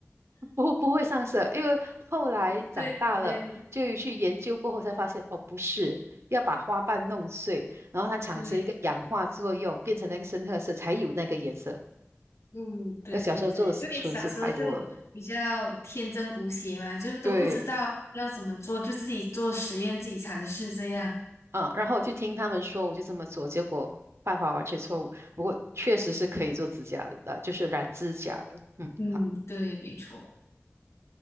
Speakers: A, on the right; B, on the left.
A: 不不会上色，因为后来长大了就去研究过后才发现，
B: <laughs> 对对对
A: 哦，不是，要把花瓣弄碎，然后它产生一个氧化作用，
B: 对，
A: 变成那个深褐色，才有那个颜色。
B: 嗯，对对对，
A: 而小时候做的蠢事太多了。
B: 因为小时候就比较天真无邪嘛，就都不知道要怎么做，
A: 对。
B: 就自己做实验，自己尝试这样。
A: 嗯，然后我就听他们说，我就这么做，结果办法完全错误。不过确实是可以做指甲的，呃，就是染指甲的。嗯，
B: 嗯，
A: 好，
B: 对，没错，